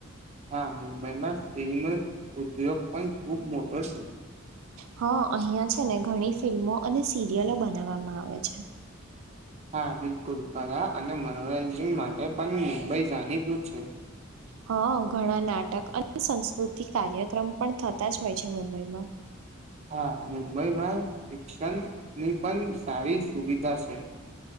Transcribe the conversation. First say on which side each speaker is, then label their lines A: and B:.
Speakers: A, on the right; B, on the right.
A: હા મુંબઈમાં ફિલ્મ ઉદ્યોગ પણ ખુબ મોટો છે.
B: હ અહીયાં છે ને ઘણી ફિલ્મો અને સિરિયલો બનાવવામાં આવે છે.
A: હા બિલકુલ કલા અને મનોરંજન માટે પણ મુંબઈ જાણીતું છે.
B: હ ઘણા નાટક અને સંસ્કૃતિક કાર્યક્રમ પણ થતા જ હોય છે મુંબઈમાં.
A: હા મુંબઈમાં શિક્ષણ ની પન સારી સુવિ ધા છે.